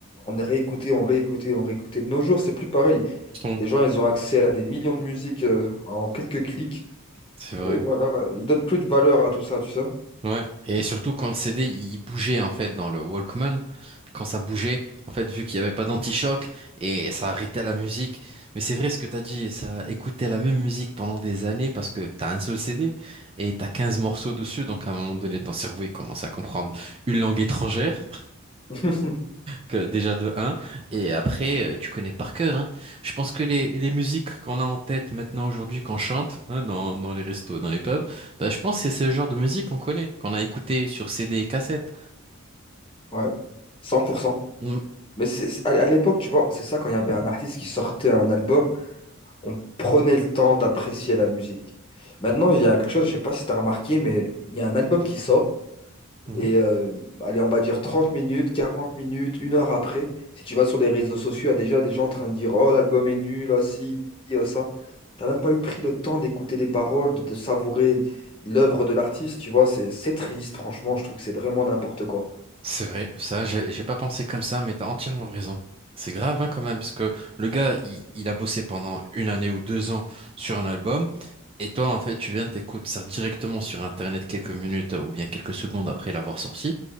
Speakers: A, on the left; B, on the right.
A: On réécoutait, on réécoutait, on réécoutait. De nos jours, c'est plus pareil.
B: Son,
A: Les gens, ils ont accès à des millions de musiques euh, en quelques clics.
B: C'est vrai.
A: Et voilà, euh, ils donnent plus de valeur à tout ça, tu sais.
B: Ouais. Et surtout quand le CD il bougeait en fait dans le Walkman, quand ça bougeait, en fait vu qu'il n'y avait pas d'anti-choc et ça arrêtait la musique. Mais c'est vrai ce que t'as dit, ça écoutait la même musique pendant des années parce que t'as un seul CD et t'as 15 morceaux dessus, donc à un moment donné ton cerveau il commence à comprendre une langue étrangère.
A: <laughs>
B: que déjà de un et après, euh, tu connais par cœur, hein. Je pense que les, les musiques qu'on a en tête maintenant aujourd'hui, qu'on chante, hein, dans, dans les restos, dans les pubs, bah, je pense que c'est ce genre de musique qu'on connaît, qu'on a écouté sur CD et cassette.
A: Ouais, 100%.
B: Mm.
A: Mais c'est- à à l'époque, tu vois, c'est ça, quand il y avait un artiste qui sortait un album, on prenait le temps d'apprécier la musique. Maintenant, il y a quelque chose, je sais pas si t'as remarqué, mais il y a un album qui sort.
B: Mhm.
A: Et euh, allez, on va dire 30 minutes, 40 minutes, une heure après, si tu vas sur les réseaux sociaux, il y a déjà des gens en train de dire, Oh, l'album est nul, ah, si, ah, ça. T'as même pas eu pris le temps d'écouter les paroles, de, de savourer l'œuvre de l'artiste, tu vois, c'est c'est triste, franchement, je trouve que c'est vraiment n'importe quoi.
B: C'est vrai, ça, j'ai j'ai pas pensé comme ça, mais t'as entièrement raison. C'est grave, hein, quand même, parce que le gars, il, il a bossé pendant une année ou deux ans sur un album, et toi, en fait, tu viens, t'écoutes ça directement sur Internet quelques minutes euh, ou bien quelques secondes après l'avoir sorti.